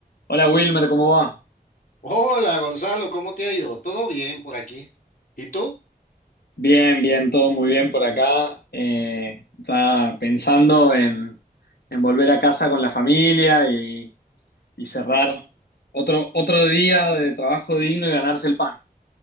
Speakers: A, on the left; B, on the left.
A: Hola Wilmer, ¿cómo va?
B: Hola Gonzalo, ¿cómo te ha ido? ¿Todo bien por aquí? ¿Y tú?
A: Bien, bien, todo muy bien por acá. Eh, ya pensando en, en volver a casa con la familia y, y cerrar otro, otro día de trabajo digno y ganarse el pan.